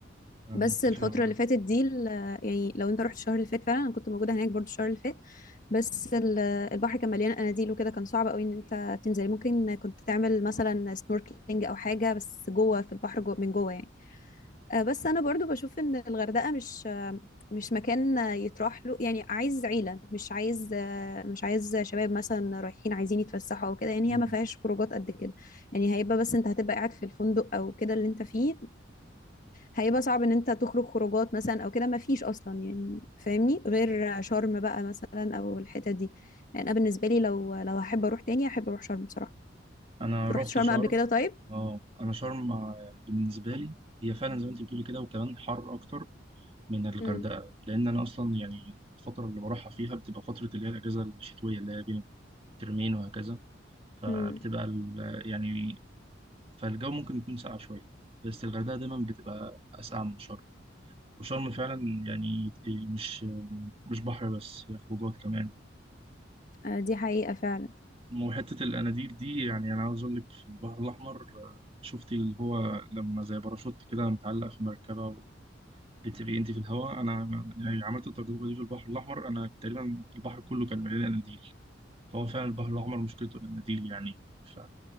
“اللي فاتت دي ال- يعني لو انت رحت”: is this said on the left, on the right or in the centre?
Left